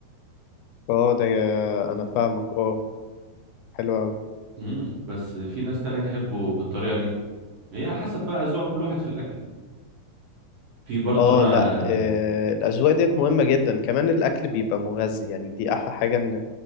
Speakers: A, on the left; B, on the right.
A: اه ده انا فاهمك اه حلو قوي
B: امم بس في ناس تانية تحبه بالطريقه دي هي على حسب بقى اذواق كل واحد في الاكل في برضه
A: اه
B: انا
A: لا آه الاذواق ديت مهمة جدا كمان الاكل بيبقى مغذي يعني دي احلى حاجة ان